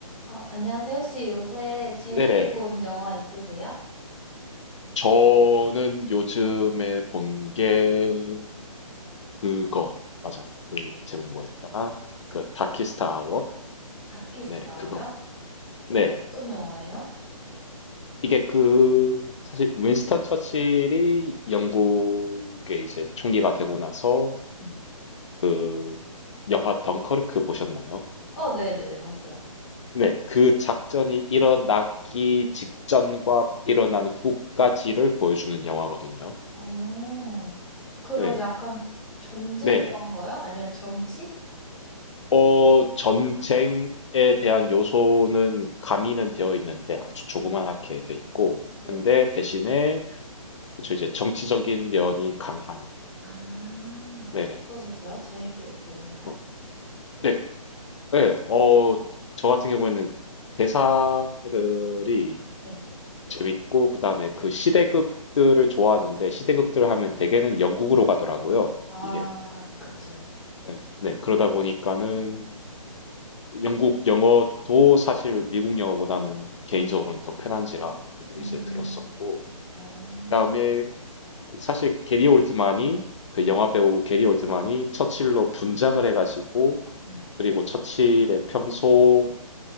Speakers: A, in the centre; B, on the left.
A: 어, 안녕하세요. 혹시 요새 재밌게
B: 네네.
A: 본 영화 있으세요?
B: 저는 요즘에 본 게 그거 맞아. 그 제목 뭐였더라? 그 다키스트 아워?
A: 다키스라워요?
B: 네네 그거. 봐. 네네.
A: 어, 어떤 영화예요?
B: 이게 그 사실 윈스턴 처칠이 영국의 이제 총리가 되고 나서
A: 네.
B: 그 영화 덩커르크 보셨나요?
A: 어, 네네네, 봤어요.
B: 네, 그 작전이 일어나기 직전과 일어난 후까지를 보여주는 영화거든요.
A: 오, 그럼
B: 네,
A: 약간 전쟁
B: 네네.
A: 영화인가요? 아니면 정치?
B: 어, 전쟁에 대한 요소는 가미는 되어 있는데 아주 조그맣게
A: 네.
B: 돼 있고,
A: 네.
B: 근데 대신에 그쵸 이제 정치적인 면이 강한.
A: 아,
B: 네네.
A: 어떠셨어요? 재밌게 보셨나요?
B: 어, 네, 네. 어, 저 같은 경우에는 대사들이
A: 네.
B: 재밌고 그다음에 그 시대극들을 좋아하는데 시대극들을 하면 대개는 영국으로 가더라고요.
A: 아,
B: 이게.
A: 그쵸.
B: 네, 네. 그러다 보니까는 영국 영어도 사실 미국 영어보다는 개인적으로는 더 편한지라 그것도
A: 음,
B: 이제 들었었고
A: 어,
B: 그다음에 사실 게리 올드만이 그
A: 네.
B: 영화 배우 게리 올드만이 처칠로 분장을 해가지고
A: 네.
B: 그리고 처칠의 평소